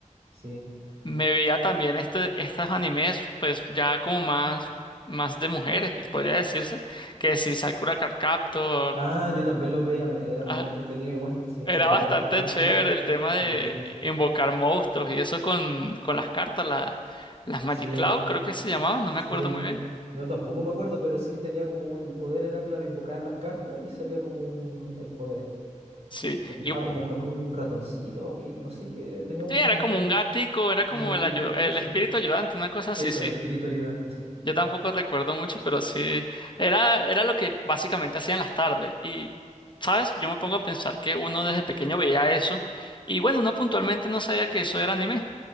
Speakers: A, on the right; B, on the left.
A: sí.
B: Me veía también este, estos animes, pues ya como más, más de mujeres, podría decirse, que si Sakura Card Captor,
A: Ah, yo también los veía, me- era muy
B: ah,
A: entretenido igual, sí,
B: era
A: Sakura
B: bastante
A: Card Captor.
B: chévere el tema de
A: Sí, sí, sí.
B: invocar monstruos y eso con, con las cartas, la- las Magic
A: Sí,
B: Cloud, creo que se llamaban, no
A: sí.
B: me acuerdo muy bien.
A: Yo tampoco me acuerdo, pero sí tenía como el poder era, claro, invocar las cartas y salía como un, el poder.
B: Sí,
A: Y andaba
B: y
A: como con un ratoncito, o que, no sé qué, tenía un,
B: sí, era como un gatico, era como
A: un gatillo,
B: el, ayu- el
A: eso.
B: espíritu ayudante, una cosa así,
A: Eso,
B: sí.
A: el espíritu ayudante, sí.
B: Yo tampoco recuerdo mucho, pero sí, era, era lo que básicamente hacía en las tardes. Y, ¿sabes? Yo me pongo a pensar que uno desde pequeño veía eso y bueno, uno puntualmente no sabía que eso era anime.